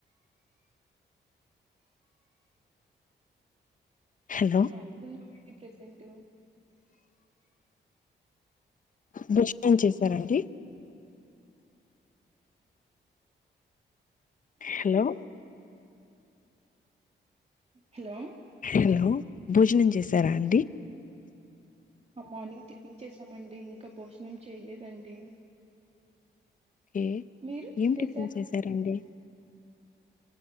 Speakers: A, on the left; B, on the right.
A: హలో
B: ఖాళీగా ఉన్నామండి ప్రజెంటూ
A: భోజనం చేసారండి హలో
B: హలో
A: హలో భోజనం చేసారా అండి
B: ఆ మార్నింగ్ టిఫిన్ చేసామండి ఇంకా భోజనం చేయలేదండి
A: కే
B: మీరు
A: ఏం
B: చేసారా
A: టిఫిన్ చేసారండి